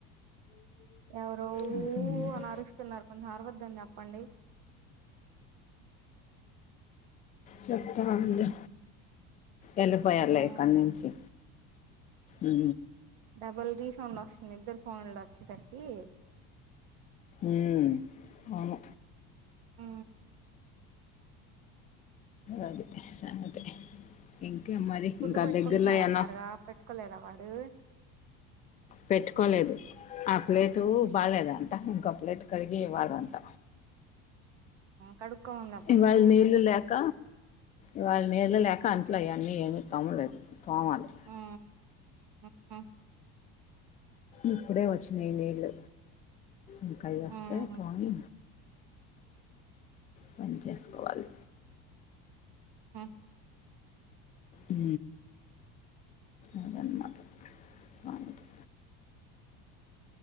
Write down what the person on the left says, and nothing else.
ఇంకేంటి
చెప్తానండి ఎళ్ళిపోయార్లే
ఇక్క నించి ఉ
ఉమ్ అవును
అది సంగతి ఇంకేం మరి
ఇంకా
దెగ్గర్లోయన్న
పెట్టుకోలేదు ఆ ప్లేటూ బాలేదంట ఇంకొ ప్లేటు కడిగి ఇవ్వలంట
ఇవాళ్ళ నీల్లు లేక ఇవాళ్ళ నీల్లు లేక అంట్లు అయన్నీ ఏమి తిమలేదు తోవాలి
ఇప్పుడే వచ్చినయ్ నీళ్లు ఇంకా అయ్అస్తే
తోవి పని చేస్కోవాలి
ఊ ఆదన్మాట సంగతి